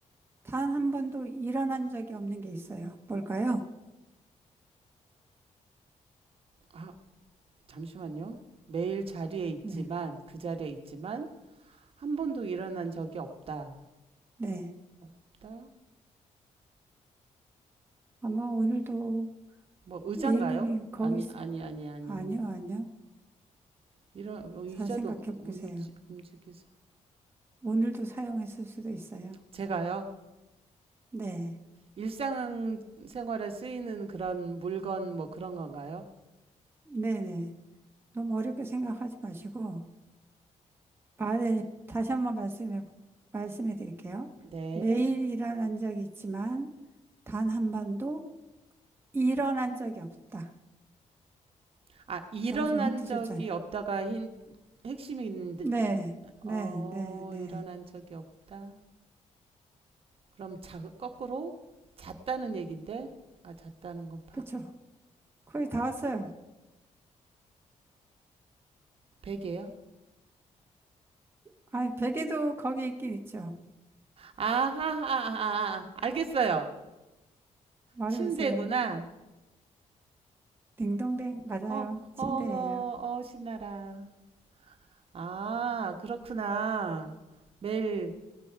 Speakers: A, on the right; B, on the right.
A: 단 한 번도 일어난 적이 없는 게 있어요. 뭘까요?
B: 아, 잠시만요. 매일 자리에 있지만,
A: 네.
B: 그 자리에 있지만, 한 번도 일어난 적이 없다.
A: 네.
B: 없다?
A: 아마 오늘도
B: 뭐, 의자인가요?
A: A님이 거기,
B: 아니,
A: 있...
B: 아니, 아니, 아니.
A: 아니요, 아니요.
B: 이런, 어, 의자도
A: 잘 생각해
B: 움직,
A: 보세요.
B: 움직이지.
A: 오늘도 사용했을 수도 있어요.
B: 제가요?
A: 네.
B: 일상생활에 쓰이는 그런 물건 뭐 그런 건가요?
A: 네네. 너무 어렵게 생각하지 마시고, 말에, 다시 한번 말씀해, 말씀해 드릴게요.
B: 네.
A: 매일 일어난 적이 있지만, 단 한 번도 일어난 적이 없다.
B: 아, 일어난
A: 제가 지금 힌트
B: 적이
A: 줬잖아요.
B: 없다가 힌, 핵심인데,
A: 네, 네,
B: 어,
A: 네, 네.
B: 일어난 적이 없다. 그럼 자, 거꾸로 잤다는 얘긴데, 아, 잤다는 건 봐.
A: 그쵸. 거의 다 왔어요.
B: 베개요?
A: 아니, 베개도 거기 있긴 있죠.
B: 아하, 하하 아, 아. 아. 알겠어요.
A: 말해보세요.
B: 침대구나.
A: 딩동댕, 맞아요.
B: 어,
A: 침대예요.
B: 어, 어, 어, 신나라. 아, 그렇구나. 매일